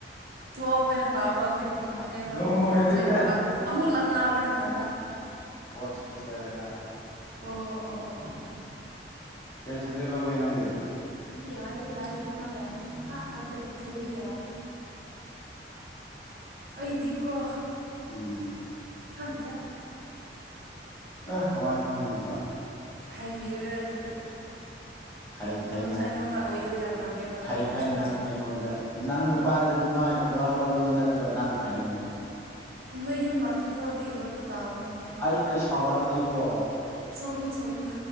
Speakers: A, on the right (about 55°); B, on the left (about 15°).
A: ꯊꯣꯞꯑꯕ ꯅ ꯇꯥꯕ ꯑꯗꯨꯒꯤ ꯉꯥꯛꯑꯦꯕ
B: ꯂꯣꯏꯔꯦꯗ
A: -inaudible ꯑꯃꯨꯛ ꯂꯛꯅꯕ꯭ꯔꯥꯅ ꯈꯟꯕ꯫
B: ꯐꯣꯔꯠ ꯁꯦꯃꯤꯁꯇꯔꯒ꯫
A: ꯑꯣ ꯑꯣ ꯑꯣ ꯑꯣ
B: ꯀꯩ ꯁꯕꯖꯦꯛ ꯂꯧꯒꯦ ꯅꯪꯗꯤ
A: ꯌꯥꯏ ꯌꯥꯏ ꯏꯃꯥ ꯌꯥꯏ ꯑꯥ ꯅꯠꯇꯦ ꯊꯣꯏꯕꯤ ꯌꯥꯏ ꯑꯩ ꯗꯤꯀꯣ
B: ꯎꯝ
A: ꯈꯪꯗꯦ
B: ꯑꯦ ꯀꯃꯥꯏ ꯈꯪꯗ꯭ꫪꯤꯕ
A: ꯍꯥꯏꯕꯤꯔꯣꯏ ꯑꯗꯨꯗꯤ
B: ꯐꯩ ꯐꯩ
A: ꯅꯪꯁꯨ
B: ꯅꯪ
A: ꯑꯩꯉꯣꯟꯗ ꯑꯣꯏꯗꯕ ꯌꯥꯝ ꯉꯥꯡꯉꯦꯕ ꯑꯗꯨꯒꯤ
B: ꯐꯩ
A: ꯑꯩꯁꯨ
B: ꯐꯩ
A: ꯍꯧꯖꯤꯛꯇꯤ
B: ꯅꯪ ꯑꯩꯉꯣꯟꯗ ꯅꯪ ꯅꯨꯄꯥꯗ ꯑꯗꯨ ꯃꯥꯏ ꯋꯥ ꯂꯣꯜꯂꯕ ꯅꯠꯇ꯭ꯔ ꯅꯪ ꯐꯩꯩ ꯅꯪ
A: ꯅꯣꯏ ꯌꯨꯝ ꯂꯛꯇ꯭ꯔꯤ ꯐꯎꯗꯤ inaudible ꯇꯕꯅꯤꯅꯦ
B: ꯑꯩ ꯑꯩ ꯁꯥꯎꯔꯛ ꯑ ꯗꯤꯀꯣ
A: ꯁꯎꯒꯅꯨ ꯁꯎꯒꯅꯨ